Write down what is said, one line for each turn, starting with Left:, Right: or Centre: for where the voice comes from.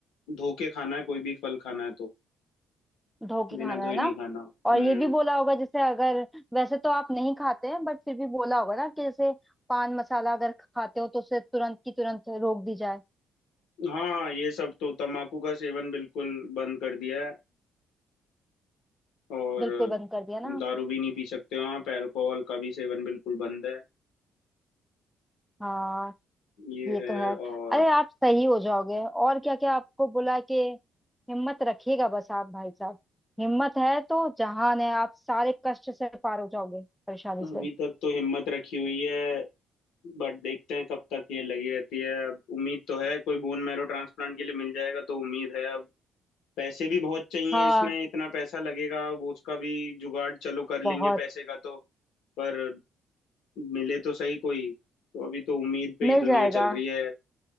Left: धो के खाना है कोई भी फल खाना है तो
Centre: धो के
Left: बिना
Centre: खाना
Left: धोए
Centre: है
Left: नहीं
Centre: ना
Left: खाना
Centre: और
Left: हम्म
Centre: ये भी बोला होगा जैसे अगर वैसे तो आप नहीं खाते हैं बट फिर भी बोला होगा ना कि जैसे पान मसाला अगर खाते हो तो उसे तुरंत की तुरंत रोक दी जाए
Left: हाँ हाँ, ये सब तो तम्बाकू का सेवन बिल्कुल बंद कर दिया है और
Centre: बिल्कुल बंद कर दिया ना
Left: दारू भी नहीं पी सकते हो आप अल्कोहल का भी सेवन बिल्कुल बंद है
Centre: हाँ
Left: ये
Centre: ये
Left: है
Centre: तो है
Left: और
Centre: अरे आप सही हो जाओगे और क्या क्या आपको बोला कि हिम्मत रखिएगा बस आप भाई साहब हिम्मत है तो जहान है आप सारे कष्ट से पार हो जाओगे परेशानी
Left: अभी
Centre: से
Left: तक तो हिम्मत रखी हुई है बट देखते हैं कब तक ये लगी रहती है अब उम्मीद तो है कोई बोन मैरो ट्रांसप्लांट के लिए मिल जाएगा तो उम्मीद है अब पैसे भी बहुत चाहिए
Centre: हाँ
Left: इसमें इतना पैसा लगेगा वो उसका भी जुगाड़ चलो कर लेंगे
Centre: बहुत
Left: पैसे का तो पर मिले तो सही कोई तो अभी तो उम्मीद पे
Centre: मिल
Left: ही दुनिया
Centre: जाएगा
Left: चल रही है